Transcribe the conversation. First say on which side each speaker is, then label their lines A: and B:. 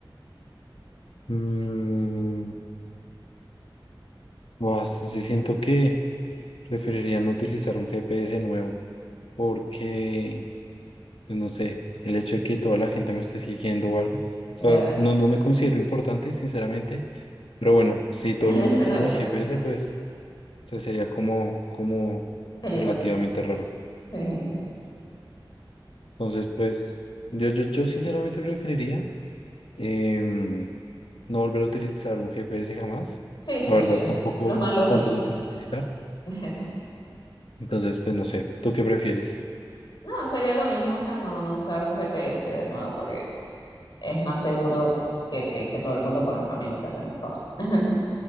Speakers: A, on the left; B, on the left.
A: Mm, buah, se se siento que preferiría no utilizar un GPS nuevo porque, pues, no sé, el hecho de que toda la gente me esté siguiendo o algo. O
B: ¿Verdad?
A: sea, no, no me considero importante, sinceramente. Pero bueno, si
B: <laughs>
A: todo
B: No,
A: el mundo tiene mi GPS, pues o sea, sería como, como
B: peligroso,
A: relativamente
B: sí.
A: raro.
B: <laughs>
A: Entonces, pues, yo, yo, yo sinceramente preferiría em, no volver a utilizar un GPS jamás.
B: Sí, sí,
A: La
B: es
A: verdad tampoco,
B: lo más lógico,
A: tampoco
B: sí.
A: suelo utilizar.
B: <laughs>
A: Entonces, pues no sé, ¿tú qué prefieres?
B: No, sería lo mismo, o sea, no, no usar un GPS de nuevo porque es más seguro que, que, que todo el mundo conozca mi ubicación, por favor. <laughs>